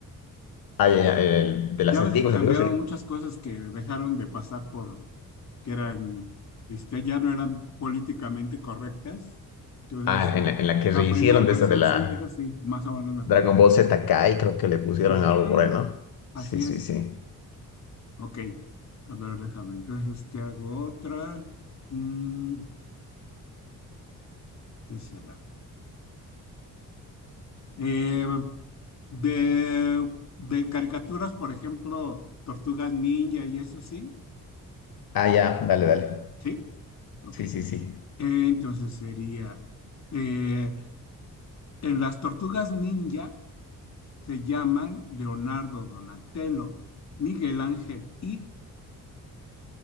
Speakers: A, on the left; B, on the left.
A: Ah, ya, ya, el- de las
B: Ya
A: antiguas,
B: ves que cambiaron
A: antiguas. sí.
B: muchas cosas que dejaron de pasar por que eran, este, ya no eran políticamente correctas. Entonces,
A: Ah,
B: mm,
A: en la, en la que
B: la
A: rehicieron
B: primera
A: de
B: versión
A: esta de la
B: sí es así, más o menos me acuerdo.
A: Dragon Ball Z Kai, creo que le pusieron
B: Ujú,
A: algo por ahí, ¿no?
B: Así
A: Sí, sí,
B: es.
A: sí.
B: Ok. A ver, déjame. Entonces, te hago otra. Mm, ¿qué será? Eh, de, de caricaturas, por ejemplo, Tortugas Ninja y eso sí.
A: Ah, ya, dale, dale.
B: Sí, ok.
A: Sí, sí, sí.
B: Entonces sería, eh, en las Tortugas Ninja se llaman Leonardo, Donatello, Miguel Ángel y,